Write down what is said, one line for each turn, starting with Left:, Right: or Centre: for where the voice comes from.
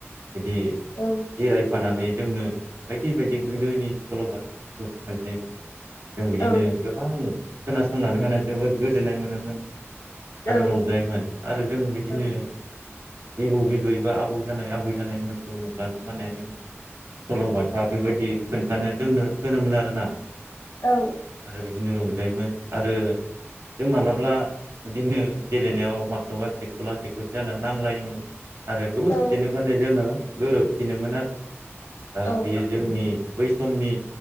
Right: बिदि
Left: ओं
Right: जिरायफानानै जोंनो बायदि बायदि गोदोनि सल'बाथाफोरखौ खोन्थायोमोन। जों बिदिनो
Left: ओं
Right: गोबां खोनासंनानै माने जोबोद गोजोननाय मोनोमोन। आरो
Left: ओं
Right: रंजायोमोन आरो जों बिदिनो
Left: औ
Right: बिबौ बिबै बा आबौ जानाय आबै जानायमोनखौ नुब्लानो माने जोङो सल'बाथा बेबायदि खोन्थानो जोंनो थोनोमोन आरोना
Left: औ
Right: आरो बिदिनो रं जायोमोन आरो जों माब्लाबा बिदिनो गेलेनायाव मालाबा सेख'ला सेखौसे जानानै नांलायोमोन। आरो दसेनो
Left: औ
Right: माने जोङो गोरोब फिनोमोन आरो दा
Left: औ
Right: बेयो जोंनि बै समनि